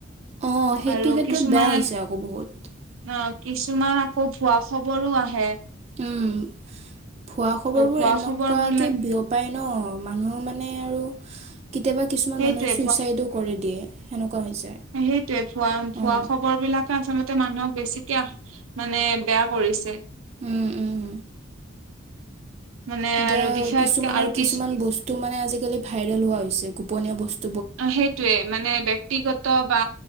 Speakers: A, on the right; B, on the right.
A: অ সেইটো
B: আৰু
A: ক্ষেত্ৰত
B: কিছুমান
A: বেয়া হৈছে আকৌ বহুত
B: অ কিছুমান আকৌ ভুৱা খবৰো আহে
A: উম ভুৱা খবৰ
B: ত' ভুৱা
A: বোৰ এনেকুৱাকে
B: খবৰ বিলাক
A: বিয়প উপায় ন মানুহ মানে আৰু কেতিয়াবা কিছুমান
B: সেইটোৱে
A: মানুহে চুইচাইডো কৰে দিয়ে সেনেকুৱা হৈছে।
B: সেইটোয়ে ভুৱা ভুৱা
A: অঁ
B: খবৰ বিলাকে আচল্ততে মানুহৰ বেছিকে মানে বেয়া কৰিছে
A: উম উম
B: মানে
A: এ
B: আৰু বিশেষকে
A: কিছুমানৰ
B: আৰু কিছু
A: কিছুমান বস্তু মানে আজিকালি ভাইৰেল হোৱা হৈছে গোপনীয় বস্তু
B: অ সেইটয়ে মানে ব্য্ক্তিগত বা